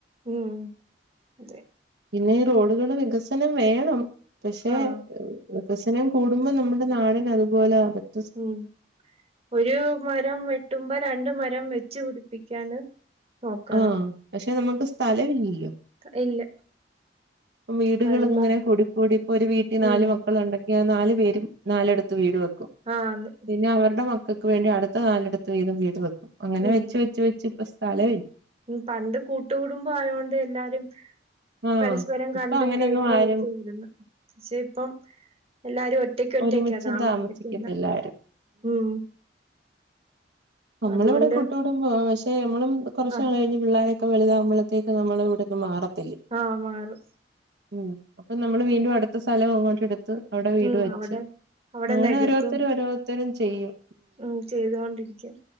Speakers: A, on the right; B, on the right.
A: ഉം അതെ
B: പിന്നെ ഈ റോഡുകള് വികസനം വേണം പക്ഷെ
A: ആഹ്
B: വികസനം കൂടുമ്പോൾ നമ്മുടെ നാടിന് അതുപോലെ അവ്ൻത്
A: ഉം ഒരു മരം വെട്ടുമ്പോ രണ്ട് മരം വെച്ച് പിടിപ്പിക്കാന് നോക്കണം
B: ആഹ് പക്ഷെ നമുക്ക് സ്ഥലമില്ലല്ലോ
A: ഇല്ല
B: വീടുകൾ
A: എല്ലാം
B: ഇങ്ങനെ കൂടിക്കൂടി ഇപ്പൊ ഒരു വീട്ടിൽ നാല്
A: ഉം
B: മക്കൾ മക്കള് ഉണ്ടെങ്കിൽ ആ നാലു പേരും നാലടുത്ത് വീട് വെക്കും
A: ആന്ന്
B: പിന്നെ അവരുടെ മക്കൾ ക്ക് വേണ്ടി അടുത്ത് നാലടുത്ത് വീതംവീട് വെക്കും അങ്ങനെ
A: ഉം
B: വെച്ച് വെച്ച് വെച്ച് ഇപ്പം സ്ഥലം ഇല്ല
A: ഉം പണ്ട് കൂട്ടുകടുംബ ആയൊണ്ട് എല്ലാരും
B: ആഹ്
A: പരസ്പരം കണ്ടും
B: ഇപ്പൊ അങ്ങനെയൊന്നും
A: കേട്ടും
B: ആരും
A: ഒക്കെയിരുന്നു പക്ഷെ ഇപ്പം എല്ലാരും ഒ റ്റക്ക് ഒറ്റക്ക്
B: ഒരുമിച്ച്
A: താമസിക്കുന്നെ
B: താമസിക്കത്തില്ല ആരും
A: ഉം
B: നമ്മള്
A: അതുകൊണ്ട്
B: ഇവിടെ കൂട്ടു കുടുമ്പോ പക്ഷെ നമ്മളും കുറച്
A: ആ
B: നാൾ കഴിഞ്ഞ് പിള്ളാരക്കെ വലുതാവുമ്പോഴത്തേക്ക് നമ്മള് ഇവിടന്ന് മാറത്തിലെ
A: ആഹ് മാറും
B: ഉം അപ്പൊ നമ്മള് വീണ്ടും അടുത്ത സ്ഥലം അങ്ങോട്ട് എടുത്ത് അവിടെ വീട്
A: ഉം
B: വെ
A: അവിടെ
B: ച്ച്
A: അവിടെ
B: അങ്ങനെ
A: നികത്തും
B: ഓരോരുത്തരും ഓരോരുത്തരും ചെയ്യും
A: ഉം ചെയ്തുകൊണ്ടിരിക്കും